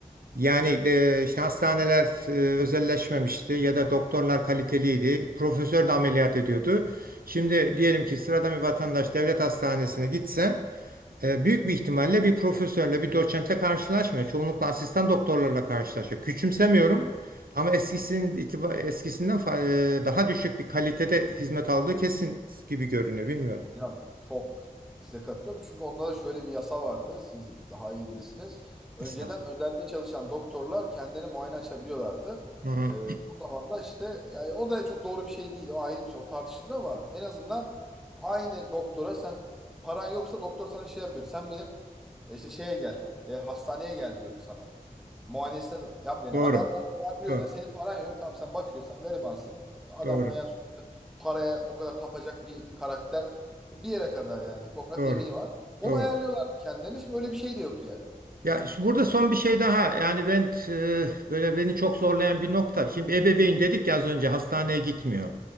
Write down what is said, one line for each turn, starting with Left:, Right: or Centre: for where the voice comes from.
Right: Yani e, işte hastaneler e, özelleşmemişti ya da doktorlar kaliteliydi. Profesör de ameliyat ediyordu. Şimdi diyelim ki sıradan bir vatandaş devlet hastanesine gitse e, büyük bir ihtimalle bir profesörle, bir doçentle karşılaşmıyor. Çoğunlukla asistan doktorlarla karşılaşıyor. Küçümsemiyorum ama eskisinin itiba- eskisinden fa- e, daha düşük bir kalitede hizmet aldığı kesin gibi görünüyor. Bilmiyorum.
Centre: Hocam çok size katılıyorum. Çünkü onlarda şöyle bir yasa vardı. Siz daha iyi bilirsiniz. Önceden
Right: Estağfurullah.
Centre: özelde çalışan doktorlar kendileri muayene açabiliyorlardı.
Right: Hı hı.
Centre: Ee, o zaman da işte yani o da çok doğru bir şey değil. O ayrı bir şey. O tartışılır ama en azından aynı doktora sen paran yoksa doktor sana şey yapıyor. Sen benim e, işte şeye gel. e, hastaneye gel diyordu sana. Muayenesini yapmayan
Right: Doğru.
Centre: adam onu çağırıyordu.
Right: Doğru.
Centre: Yani senin paran yok. Tamam sen bakıyorsun. Sen garibansın. Adamla
Right: Doğru.
Centre: yani paraya o kadar tapacak bir karakter. Bir yere kadar yani. Hipokrat
Right: Doğru.
Centre: yemini var. Onu
Right: Doğru.
Centre: ayarlıyorlar kendilerine. Şimdi öyle bir şey de yok yani.
Right: Ya işte burada son bir şey daha yani ben e, böyle beni çok zorlayan bir nokta. Şimdi ebeveyn dedik ya az önce hastaneye gitmiyor.